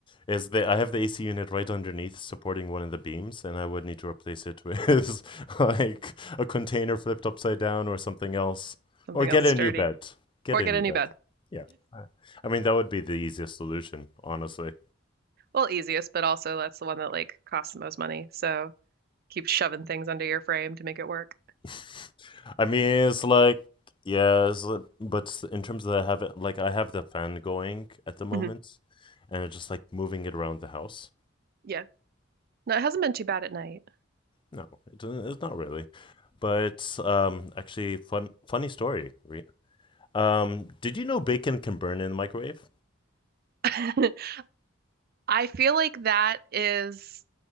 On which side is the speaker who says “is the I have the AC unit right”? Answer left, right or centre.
Left